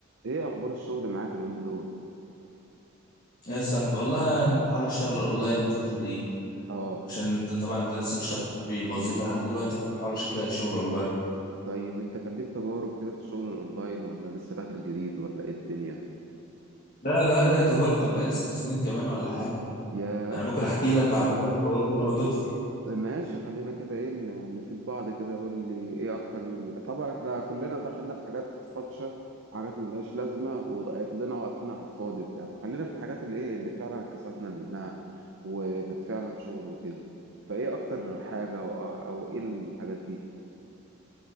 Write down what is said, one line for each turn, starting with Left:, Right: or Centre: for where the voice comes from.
Right: ايه اخبار الشغل معاك اليومين دول
Left: يا صاحبي والله أنا بحاول أشتغل أونلاين الفترة دي
Right: اه
Left: عشان أنت- طبعا أنت لسه مش في وظيفة لحد دلوقتي فبحاول أشوف لها شغل أونلاين
Right: طيب انت كان ليك تجارب كده في الشغل الاونلاين ولا لسه داخل جديد ولا ايه الدنيا
Left: لا لا لا تجارب ده أنا بقالي ست سنين كمان ولا حاجة
Right: ياه
Left: أنا ممكن أحكي لك على فكرة لو أنت ناوي تدخل
Right: ماشي خلينا كده ايه ن- نفيد بعض كده قول لي ايه اكتر ال... طبعا احنا كلنا دخلنا في حاجات فاطشه حاجات ملهاش لازمه وضيعت لنا وقتنا على الفاضي وبتاع فخلينا في الحاجات اللي ايه اللي فعلا كسبنا منها وكانت فعلا شغل وكده فايه اكتر حاجه او, أو ايه الحاجات دي